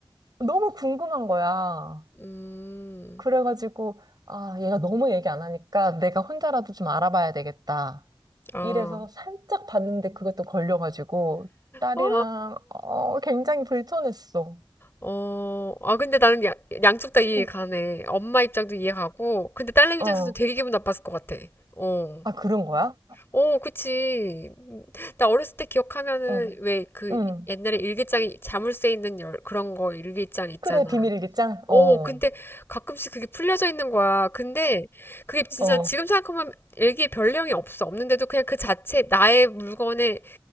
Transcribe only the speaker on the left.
음.
어.
어.
어. 아, 근데 나는 야, 양쪽 다 이해
가네. 엄마 입장도 이해 가고 근데 딸내미
입장에서도 되게 기분 나빴을 것 같아. 어.
어, 그치. 음, 나 어렸을 때 기억하면은
왜 그
옛날에 일기장에 자물쇠 있는 열 그런 거 일기장 있잖아.
어,
근데 가끔씩 그게 풀려져 있는 거야. 근데 그게 진짜
지금 생각하면 일기에 별 내용이 없어. 없는데도 그냥 그 자체 나의 물건에